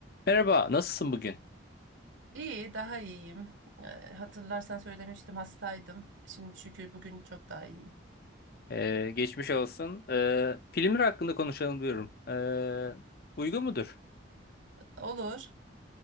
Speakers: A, on the left (about 50°); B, on the right (about 70°).
A: Merhaba, nasılsın bugün?
B: İyi, daha iyiyim. Ee, Hatırlarsan söylemiştim hastaydım. Şimdi şükür bugün çok daha iyiyim.
A: Ee, geçmiş olsun. Ee, filmler hakkında konuşalım diyorum. Ee, uygun mudur?
B: Olur.